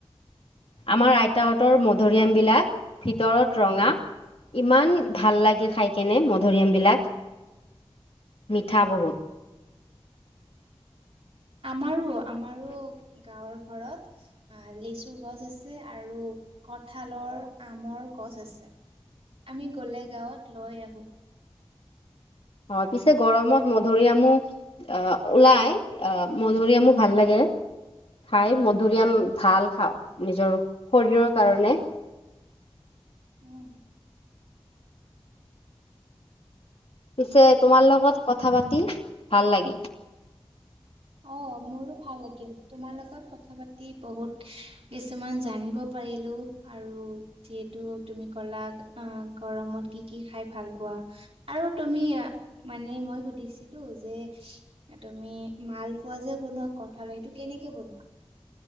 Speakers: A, on the left; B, on the right.
A: আমাৰ আইতাহঁতৰ মধুৰিআম বিলাক ভিতৰত ৰঙা, ইমান ভাল লাগে খাই কেনে মধুৰিআম বিলাক। মিঠা বহুত
B: আমাৰো আমাৰো গাঁৱৰ ঘৰত আ লেচু গছ আছে আৰু কঠালৰ, আমৰ গছ আছে। আমি গলে গাঁৱত লৈ আহো।
A: হয়, পিছে গৰমত মধুৰিআমু আহ ওলাই আহ মধুৰিআমু ভাল লাগে, খাই মধুৰিআম ভাল খাওঁ নিজৰ শৰীৰৰ কাৰণে
B: উম,
A: পিছে তোমাৰ লগত কথা পাতি ভাল লাগিল।
B: অ মোৰো ভাল লাগিল। তোমাৰ লগত কথা পাতি বহুত কিছুমান জানিব পাৰিলো আৰু যিহেতু তুমি কলা গৰমত কি কি খাই ভাল পোৱা আৰু তুমি মানে, মই সুধিছিলো যে তুমি মালপোৱা যে বনোৱা কঠালৰ, সেইটো কেনেকে বনোৱা?